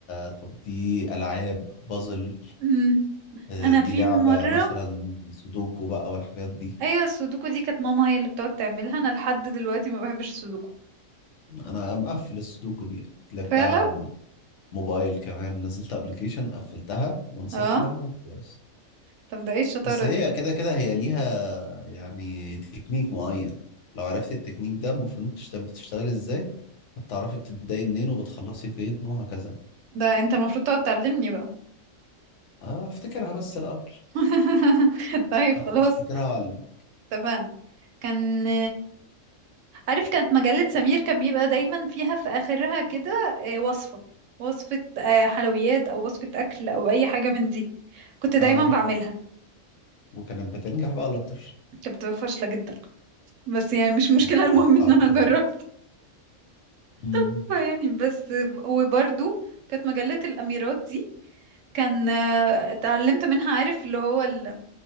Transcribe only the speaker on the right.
مم.
انا
في
مره
ايوه السودوكو دي كانت ماما هي اللي بتقعد تعملها انا لحد دلوقتي ما بحبش السودوكو
فعلا
اه
طب ده ايه الشطاره
دي
<laughs> ده انت المفروض تقعد تعلمني بقى
<laughs> طيب خلاص
اتفقنا كان عارف كانت مجلة سمير كان بيبقى دايما فيها في آخرها كده آه، وصفة وصفة آه، حلويات أو وصفة أكل أو أي حاجة من دي كنت دايما
بعملها
كانت بتبقى فاشلة جدا بس يعني مش مشكلة
المهم
إن
أنا
جربتها
<laughs> يعني بس وبرضو كانت مجلة الأميرات دي كان آه، اتعلمت منها عارف اللي هو ال...